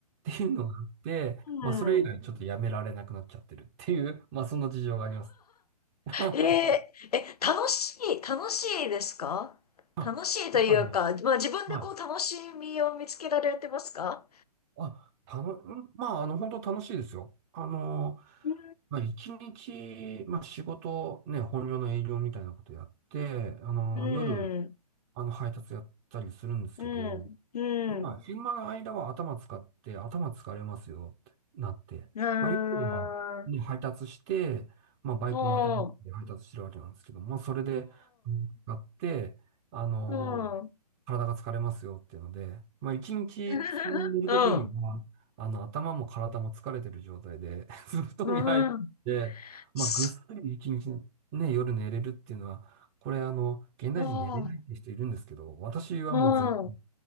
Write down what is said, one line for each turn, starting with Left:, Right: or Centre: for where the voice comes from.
Right: っていうのがあって、
Left: うん。
Right: まあ、それ以来ちょっとやめられなくなっちゃってるっていう、
Left: うん。
Right: まあ、そんな事情があります。<laughs>
Left: えー、え、楽しい、楽しいですか楽しいというか、
Right: あ、やっぱね、
Left: まあ自分でこう楽しみを見つけられてますか
Right: はい。あ、たの、うんまあ、あの、本当楽しいですよ。あの、
Left: うん、
Right: まあ、一日、まあ、仕事、ね、本業の営業みたいなことやって、あの、
Left: う
Right: 夜、
Left: ん、
Right: あの、配達やったりするんですけど、
Left: うん、うん、
Right: まあ、昼間の間は頭使って、頭疲れますよってなって、
Left: うーん、
Right: まあ、夜は、ね、配達して、まあ、バイクまたがって配達してるわけなんですけど、
Left: うん、
Right: まあ、それで、うん使って、あのー体が疲れますよっていうので、
Left: うん、うん、
Right: まあ、一日布団に寝るときには、
Left: <laughs>
Right: あの、頭も体も疲れてる状態で、<laughs> 布団に入って、
Left: うん、うんす
Right: まあ、ぐっすり一日、ね、夜寝れるっていうのは、これ、あの、現代人寝れないって人いるんですけど、
Left: うん、
Right: 私はもう全
Left: うん、